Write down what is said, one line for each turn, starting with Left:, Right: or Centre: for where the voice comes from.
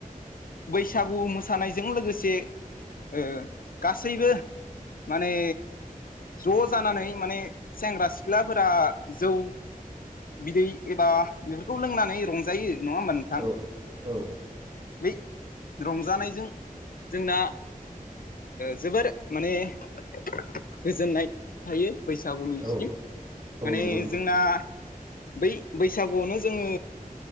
Left: बैसागु मोसानायजों लोगोसे ओ गासैबो माने ज' जानानै माने सेंग्रा सिख्लाफोरा जौ बिदै एबा बेफोरखौ लोंनानै रंजायो नङा होमब नों
Right: औ औ
Left: बै रंजानायजों जोंना जोबोर माने गोजोननाय थायो बैसागुनिसिम
Right: औ औ
Left: माने
Right: नंगौ नोंथां
Left: जोंना बै बैसागुआवनो जोङो